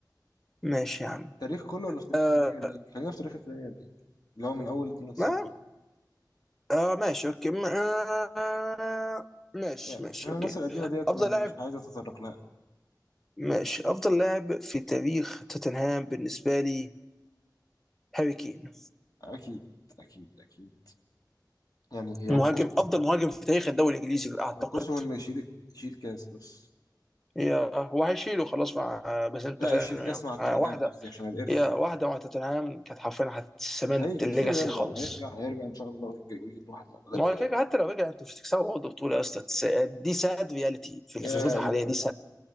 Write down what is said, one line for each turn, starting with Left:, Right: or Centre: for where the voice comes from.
Centre: ماشي يا عم
Left: تاريخ كله ولا في تاريخ
Centre: آه
Left: البريمير ليج خلينا في تاريخ البريمير ليج اللي هو من اول 92
Centre: ما آه ماشي اوكي ما آه ماشي
Left: يعني
Centre: ماشي
Left: عشان
Centre: اوكي
Left: الناس القديمه ديت
Centre: أفضل
Left: يعني
Centre: لاعب
Left: مش عايز اتطرق لها
Centre: ماشي أفضل لاعب في تاريخ توتنهام بالنسبة لي هاري كين
Left: اكيد اكيد اكيد يعني ينقص
Centre: مهاجم أفضل مهاجم في تاريخ الدوري الإنجليزي أعتقد
Left: ينقصه انه يشيل يشيل كاس بس
Centre: هي هو هيشيله خلاص مع بس انت
Left: لا
Centre: فاهم
Left: يشيل كاس
Centre: يعني
Left: مع توتنهام
Centre: آه، واحده
Left: قصدي عشان الارث
Centre: هي واحده مع توتنهام كانت حرفيا هتسمنت
Left: هيجي
Centre: الليجاسي
Left: بيصير يرجع
Centre: خالص
Left: هيرجع هيرجع ان شاء الله ويجي- ويجيب واحد ولا
Centre: ما
Left: اتنين
Centre: هو الفكره حتى لو رجع انت مش هتكسبه برضه بطوله يا اسطى تس- دي ساد رياليتي في
Left: يا
Centre: الظروف الحاليه
Left: الهي
Centre: دي ساد